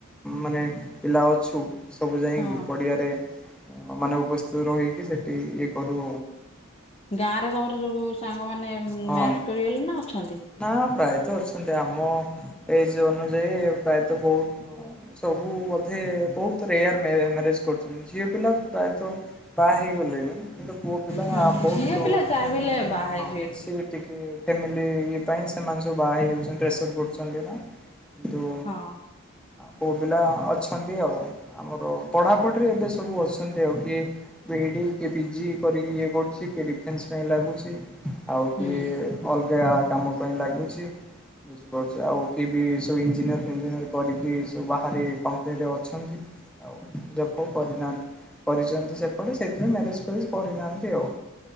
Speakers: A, in the centre; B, on the left.
A: ମାନେ। ପିଲା ଅଛୁ। ସବୁ ଯାଇଁକି
B: ହଁ।
A: ପଡ଼ିଆରେ ମାନେ ଉପସ୍ଥିତ ରହିକି ସେଇଠି ଇଏ କରୁ।
B: ଗାଁ ରେ ତମର ସବୁ ସାଙ୍ଗମାନେ ମ୍ୟାରେଜ
A: ହଁ
B: କରିଗଲେ ନା ଅଛନ୍ତି?
A: ନା ପ୍ରାୟତଃ ଅଛନ୍ତି ଆମ ଏଜ ଅନୁଯାୟୀ ପ୍ରାୟତଃ ବହୁତ ସବୁ ବୋଧେ ବହୁତ ରେୟାର ମ୍ୟାରେଜ କରୁଛନ୍ତି ଝିଅ ପିଲା ପ୍ରାୟତଃ। ବା ହେଇଗଲେଣି କିନ୍ତୁ ପୁଅ ପିଲା।
B: ହଁ
A: ବହୁତ
B: ଝିଅ ପିଲା ଯାହା ବି ହେଲେ ବାହା ହେଇଯିବେ।
A: ହଁ ସି ଟିକେ ଫ୍ୟାମିଲି ଇଏ ପାଇଁ ସେମାନେ ସବୁ ବାହା ହେଇ ଯାଉଛନ୍ତି ପ୍ରେସର କରୁୁଛନ୍ତି ନା କିନ୍ତୁ।
B: ହଁ
A: ପୁଅ ପିଲା ଅଛନ୍ତି ଆଉ ଆମର ପଢାପଢିରେ ଏବେ ସ ସବୁ ଅସନ୍ତି ଆଉ କିଏ ବି ଇ ଡି କି ପିଜି କରିକି ଇଏ କରୁଛି କିଏ ଡିଫେନ୍ସ ପାଇଁ ଲାଗୁଛି ଆଉ
B: ହୁଁ
A: କିଏ। ଅଲଗା କାମ ପାଇଁ ଲାଗୁଛି। ବୁଝିପାରୁଛି ଆଉ କିଏ ବି ସବୁ ଇଞ୍ଜିନିୟର ଫିଞ୍ଜିନିୟର କରିକି ସବୁ ବାହାରେ କମ୍ପାନୀରେ ଅଛନ୍ତି। ଆଉ ଜବ୍ ଫବ୍ କରିନାହାନ୍ତି। କରିଛନ୍ତି ସେପଟେ ସେଇଥିପାଇଁ ମ୍ୟାରେଜ ଫ୍ୟରେଜ କରିନାହାନ୍ତି ଆଉ।